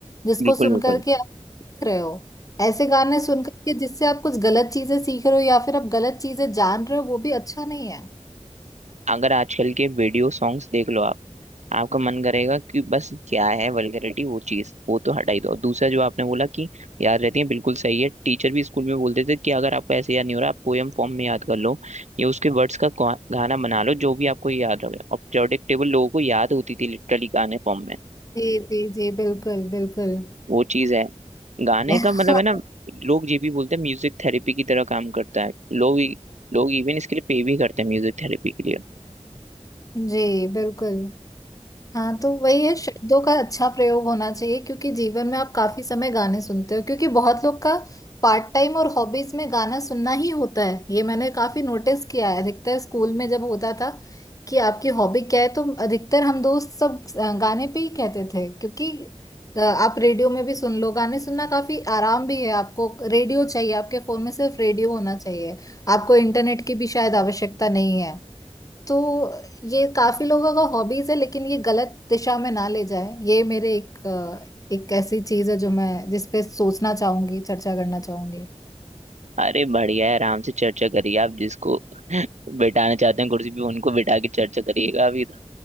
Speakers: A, on the left (about 30°); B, on the right (about 85°).
A: जिसको
B: बिल्कुल
A: सुन
B: बिल्कुल
A: करके आप सीख रहे हो ऐसे गाने सुनकर के जिससे आप कुछ गलत चीजें सीख रहे हो या फिर आप गलत चीजें जान रहे हो वो भी अच्छा नहीं है
B: अगर आजकल के वीडियो सॉन्ग्स देख लो आप आपका मन करेगा कि बस क्या है वल्गैरिटी वो चीज वो तो हटा ही दो दूसरा जो आपने बोला कि याद रहती है बिल्कुल सही है टीचर भी स्कूल में बोलते थे कि अगर आपको ऐसे याद नहीं हो रहा आप पोयम फॉर्म में याद कर लो या उसके वर्ड्स का गा- गाना बना लो जो भी आपको याद रहे और प्रेडिक्टेबल लोगों को याद होती थी लिटरली गाने फॉर्म में
A: जी जी जी बिल्कुल बिल्कुल
B: वो चीज है गाने
A: <laughs>
B: का मतलब है ना लोग ये भी बोलते हैं म्यूजिक थेरेपी की तरह काम करता है लोग लोग इवन इसके लिए पे भी करते हैं म्यूजिक थेरेपी के लिए
A: जी बिल्कुल हाँ तो वही है शब्दों का अच्छा प्रयोग होना चाहिए क्योंकि जीवन में आप काफी समय गाने सुनते हो क्योंकि बहुत लोग का पार्ट टाइम और हॉबीज में गाना सुनना ही होता है ये मैंने काफी नोटिस किया है अधिकतर स्कूल में जब होता था कि आपकी हॉबी क्या है तो अधिकतर हम दोस्त सब अ, गाने पे ही कहते थे क्योंकि अ, आप रेडियो में भी सुन लो गाने सुनना काफी आराम भी है आपको रेडियो चाहिए आपके फोन में सिर्फ रेडियो होना चाहिए आपको इंटरनेट की भी शायद आवश्यकता नहीं है तो ये काफी लोगों का हॉबीज है लेकिन ये गलत दिशा में ना ले जाए ये मेरे एक अ, एक ऐसी चीज है जो मैं जिस पे सोचना चाहूंगी चर्चा करना चाहूंगी
B: अरे बढ़िया है आराम से चर्चा करिए आप जिसको <laughs> बिठाना चाहते हैं कुर्सी पे उनको बिठा के चर्चा करिएगा अभी तो